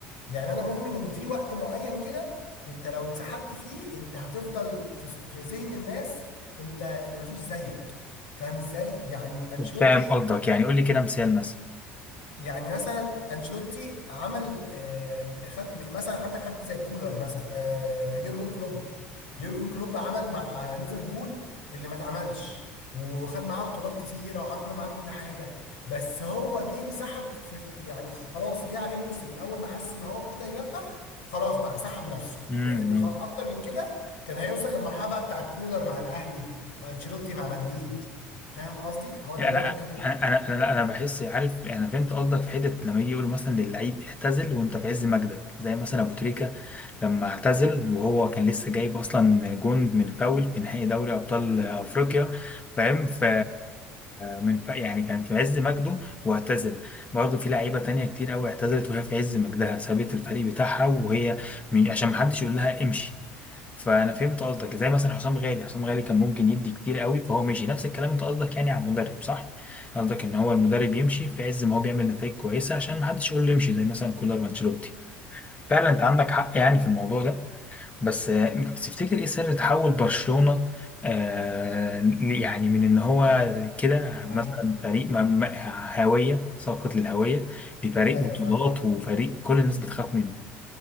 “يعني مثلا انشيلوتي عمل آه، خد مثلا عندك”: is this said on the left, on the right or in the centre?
Left